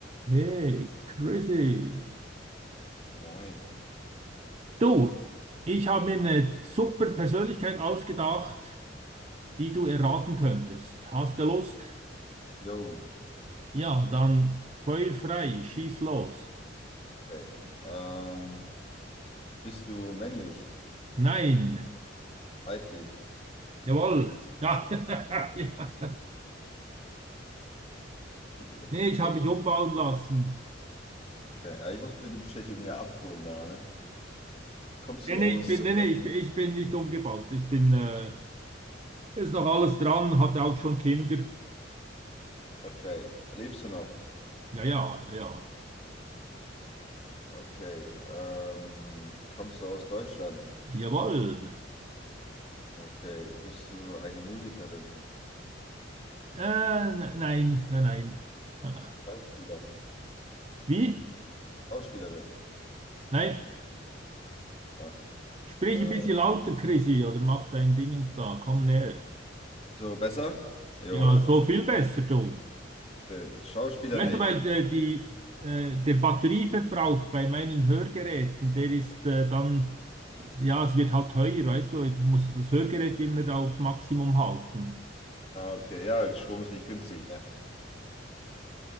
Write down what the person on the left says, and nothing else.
Moin.
Jo,
okay. Ähm, bist du männlich?
Weiblich?
Ich, <laughs>
ich,
okay. ja, Ich muss mir die Bestätigung ja abholen da, ne? Kommst
du
aus.
äh,
Okay. Lebst du noch?
Okay. Ähm, kommst du aus Deutschland?
Okay. Bist du eine Musikerin?
Schauspieler?
Schauspielerin?
Ja.
Äh,
so, besser? Jo,
schön. Schauspieler
nicht.
Ah, okay. Ja, Strom ist nicht günstig, ne?